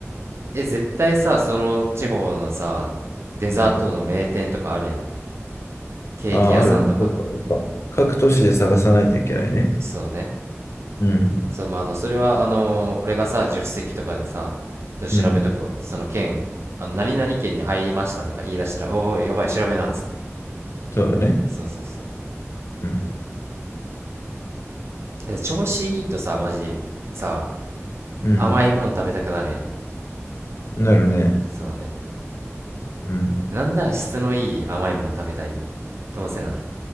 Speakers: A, on the right (about 60°); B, on the left (about 65°).
A: え、絶対さ、その地方のさ、デザートの名店とかあるやん。
B: うん。
A: ケーキ屋さんとか。
B: ああ、あるね。ちょっとやっぱ、各都市で探さないといけないね。
A: そうね。
B: うん。
A: そう、まあ、あの、それは、あの、俺がさ、助手席とかでさ、ちょっと調べとくわ。
B: うん。
A: その件、あの、何々県に入りましたとか言い出したら、おいおい、やばい、調べな、っつって。
B: そうだね。
A: そうそうそ
B: うん。
A: う。で、調子いいとさ、マジ、さ、
B: うん。
A: 甘いもん食べたくなるやん。
B: なるね。
A: そうね。
B: うん。
A: なんなら質のいい甘いもん食べたいやん。どうせなら。